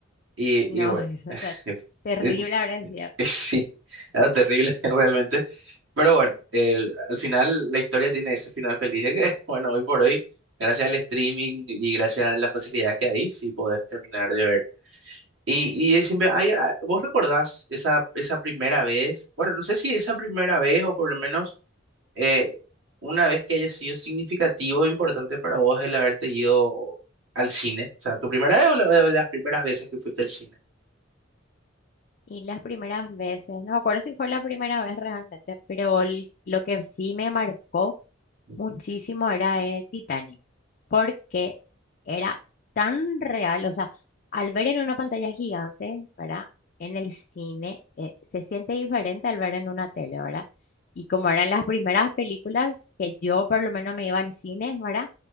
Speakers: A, on the right; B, on the left.
A: y,
B: no,
A: y bueno,
B: <laughs> es, o
A: <laughs>
B: terrible
A: eh,
B: habrá sido.
A: eh, sí, era terrible <laughs> realmente. Pero bueno, el- al final la historia tiene ese final feliz de que, <laughs> bueno, hoy por hoy, gracias al streaming y gracias a las facilidades que hay, sí podés terminar de ver. Y, y es siempre, ay, ah, ¿vos recordás esa, esa primera vez? Bueno, no sé si esa primera vez o por lo menos eh, una vez que haya sido significativo e importante para vos el haberte ido al cine. O sea, ¿tu primera vez o la, de las primeras veces que fuiste al cine?
B: Y las primeras veces, no me acuerdo si fue la primera vez realmente, pero el- lo que sí me marcó.
A: Ujú.
B: muchísimo era de Titanic, porque era tan real, o sea, al ver en una pantalla gigante, ¿verdad? En el cine eh, se siente diferente al ver en una tele, ¿verdad? Y como eran las primeras películas que yo por lo menos me iba al cine, ¿verdad?